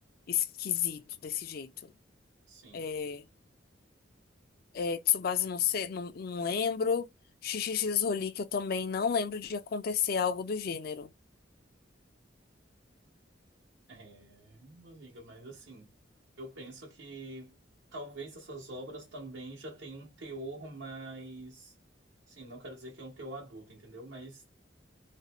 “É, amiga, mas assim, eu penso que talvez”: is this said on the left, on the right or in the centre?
Right